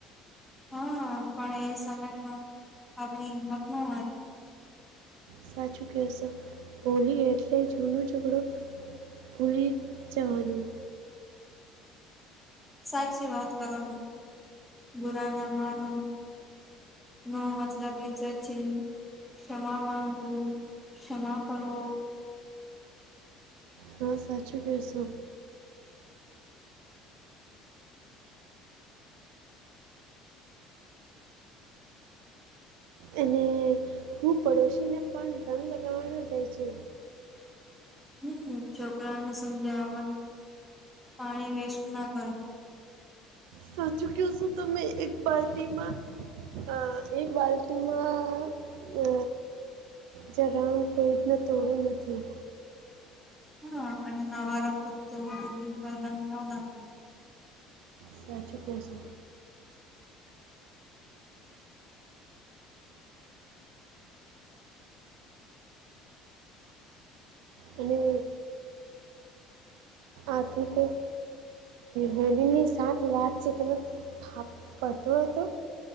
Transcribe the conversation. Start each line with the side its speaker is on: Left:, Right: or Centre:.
Centre: હા પણ એ સમય પણ આપને હિંમત ન હારી.
Right: સાચું કહેશો હોલી એટલે જૂનો ઝઘડો ભૂલી જવાનું
Centre: સાચી વાત કરવા બૂરા ના માનો ના મછલા બેચાય છે ક્ષમા માંગો ક્ષમા કરો
Right: હા સાચું કે છો અને હું પડોશીને પણ રંગ લગાવવાનો જાય છે
Centre: હમ છોકરાને સમજાવવા પાણી વેસ્ટ ના કરો
Right: સાચું કયો છો તમે એક બાલ્ટીમાં હ એક બાલ્ટીમાં અ જ રંગ પેઢને તોડવું નથી.
Centre: હા અને આવારો કુતો કૂટી <unintelligible>
Right: સાચું કો છો અને આખિર હોલીની સાત વાત છે તમે થાપ પર તું હતો